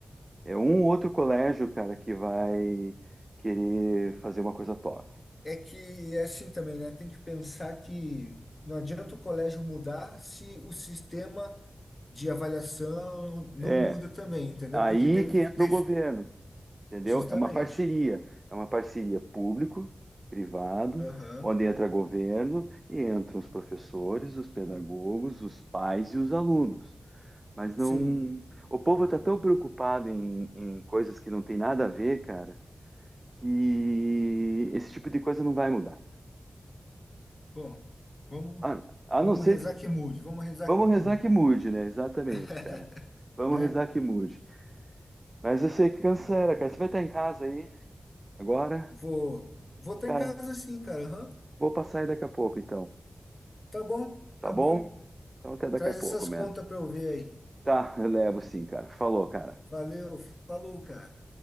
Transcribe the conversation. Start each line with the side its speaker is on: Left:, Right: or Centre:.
Right: É um ou outro colégio, cara, que vai querer fazer uma coisa top.
Left: É que é assim também, né? Tem que pensar que não adianta o colégio mudar se o sistema de avaliação não,
Right: É,
Left: não muda também, entendeu?
Right: aí
Left: Porque daí,
Right: que entra
Left: daí-
Right: o governo, Entendeu?
Left: justamente.
Right: É uma parceria, é uma parceria público-privado,
Left: Aham.
Right: onde entra governo e entram os professores, os pedagogos, os pais e os alunos. Mas
Left: Sim.
Right: não. O povo está tão preocupado em, em coisas que não tem nada a ver, cara, que esse tipo de coisa não vai mudar.
Left: Bom, vamos,
Right: A, a
Left: vamos
Right: não ser
Left: rezar
Right: que.
Left: que mude, vamos rezar
Right: Vamos rezar
Left: que mude,
Right: que mude, né? Exatamente,
Left: <laughs>
Right: cara. Vamos
Left: né?
Right: rezar que mude. Mas eu sei que cancela, cara. Você vai estar em casa aí agora?
Left: Vou, vou estar
Right: Cara,
Left: em casa sim, cara. aham.
Right: vou passar aí daqui a pouco, então.
Left: Tá bom,
Right: Tá
Left: tá
Right: bom?
Left: bom.
Right: Então até daqui
Left: Traz
Right: a pouco,
Left: essas
Right: mano.
Left: contas para eu ver aí.
Right: Tá, eu levo sim, cara. Falou, cara.
Left: Valeu, falou, cara.